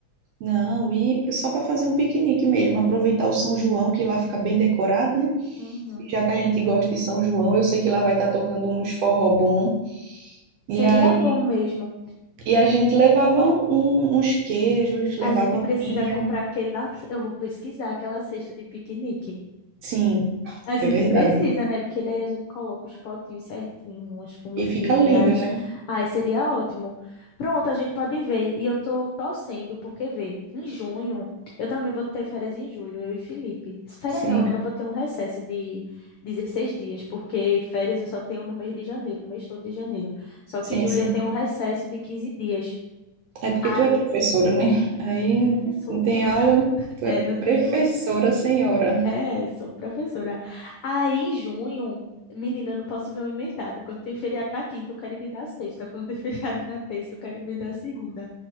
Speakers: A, on the right; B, on the left.
A: Não, ir pra- só para fazer um piquenique mesmo, aproveitar o São João, que lá fica bem decorado, né?
B: Uhum.
A: Já que a gente gosta de São João, eu sei que lá vai estar tocando uns forró bom. E
B: Seria
A: aí,
B: bom mesmo.
A: e a gente levava um- um- uns queijos, levava
B: A gente precisa
A: vinho.
B: comprar aquela. Eu vou pesquisar aquela cesta de piquenique.
A: Sim.
B: A
A: É
B: gente
A: verdade.
B: precisa, né? Porque daí a gente coloca os potinhos certinho, as comidinhas.
A: E fica lindo, né?
B: Ai, seria ótimo. Pronto, a gente pode ver. E eu tô torcendo, porque vê, em junho, eu também vou ter férias em julho, eu e Felipe. Férias
A: Sim,
B: não, né? Eu vou ter um recesso de 16 dias, porque férias eu só tenho no mês de janeiro, o mês todo de janeiro. Só
A: sim,
B: que julho
A: sim.
B: eu tenho um recesso de 15 dias.
A: É porque
B: Ai,
A: tu é professora, né? Aí
B: eu sou professora.
A: não tem
B: <laughs>
A: aula, né? Tu
B: É,
A: é
B: não tenho
A: professora, senhora.
B: É, sou professora. Aí, em junho, menina, eu não posso ver um emendado. Quando tem feriado na quinta, eu quero ir me dar sexta. Quando tem <laughs> feriado na terça, eu quero ir me dar segunda.